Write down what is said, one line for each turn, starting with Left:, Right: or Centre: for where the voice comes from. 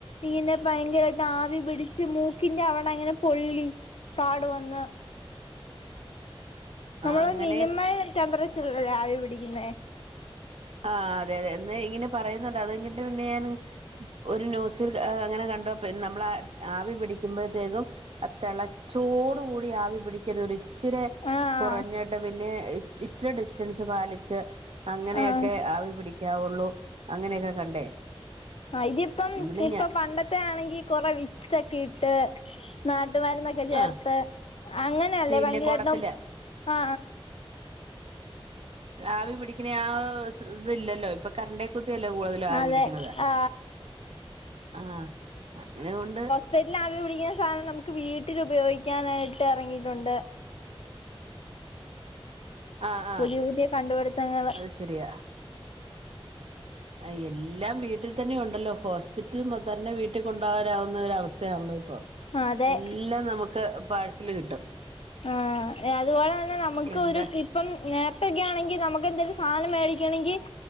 Left: ഇങ്ങനെ ഭയങ്കരമായിട്ട് ആവി പിടിച്ച് മൂക്കിന്റെ അവിടെ അങ്ങനെ പൊല്ലി പാട് വന്ന് നമ്മള്
Right: അങ്ങനെ
Left: മിനിമം ടെമ്പറേച്ചർ ഇല്ലല്ലേ ആവി പിടിക്കുന്ന
Right: ആ് അതെ അതെ എന്ന് ഇങ്ങനെ പറയുന്നുണ്ട് അത് കഴിഞ്ഞിട്ട് പിന്നെ ഞാൻ ഒരു ന്യൂസിൽ അങ്ങനെ കണ്ടോ നമ്മള ആവി പിടിക്കുമ്പോഴത്തേക്കും ആ തിളച്ചോട് കൂടി ആവി പിടിക്കരുത് ഒരു ഇച്ചിരി
Left: ആഹ്
Right: കുറഞ്ഞിട്ട് പിന്നെ ഇച്ചിരി ഡിസ്റ്റൻസ് പാലിച്ച് അങ്ങനെെ
Left: ആഹ്
Right: ആവി പിടിക്കാവുള്ളൂ അങ്ങനെയൊക്കെ കണ്ടേ
Left: ആ ഇതിപ്പം
Right: ഇവിടെ
Left: ഇപ്പ
Right: ഞാ
Left: പണ്ടത്തെ ആണെങ്കി കൊറ വികസോക്കെ ഇട്ട് നാട്ടു മരുന്നൊക്കെ ചേർത്ത്
Right: ആഹ്
Left: അങ്ങനെല്ലേ
Right: പിന്നെ
Left: ഭയങ്കരട്ടം
Right: കുടത്തില്
Left: ആ
Right: ആവി പിടിക്കുന്ന ആ ഇത് ഇല്ലല്ലോ ഇപ്പൊ കറിണ്ട കുത്തിയല്ലോ കൂടുതലും ആവി
Left: അതെ
Right: പിടിക്കണതാ
Left: ആ
Right: ആഹ അങ്ങനെൊണ്ട്
Left: <unintelligible> ട്ടിൽ ആവി പിടിക്കുന്ന സാധനം നമുക്ക് വീട്ടിൽ ഉപയോഗിക്കാനായിട്ട് ഇറങ്ങിയിട്ടുണ്ട്
Right: ആ ആ
Left: പുതിയ പുതിയ കണ്ടുപിടുത്തങ്ങള്
Right: അത് ശരിയായാണ് ആ എല്ലാം വീട്ടിൽ തന്നെയ ഉണ്ടല്ലോ ഹോസ്പിറ്റൽ തന്നെ വീട്ടിൽകൊണ്ടാകാവുന്ന ഒരു അവസ്ഥയാണല്ലോ ഇപ്പൊ
Left: അതെ
Right: എല്ലാം നമുക്ക് പാഴ്സല് കിട്ടും
Left: ആ അതുപോലെ തന്നെ നമുക്ക്
Right: എന്താ
Left: ഒരു കി ഇപ്പം നേരത്തെയോക്കെ ആണെങ്കിൽ നമുക്ക് എന്തായാലും സാധനം മേടിക്കണെങ്കി